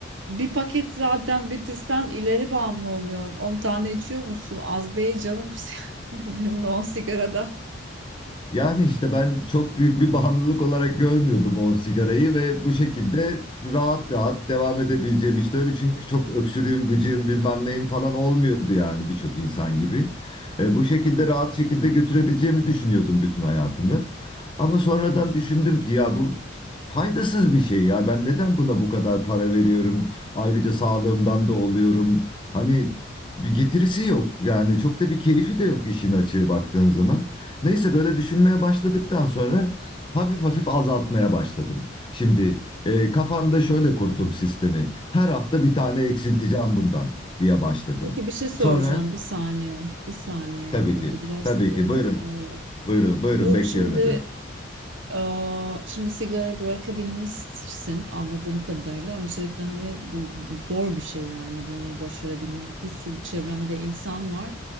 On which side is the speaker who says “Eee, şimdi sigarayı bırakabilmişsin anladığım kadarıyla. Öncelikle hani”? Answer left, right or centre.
Right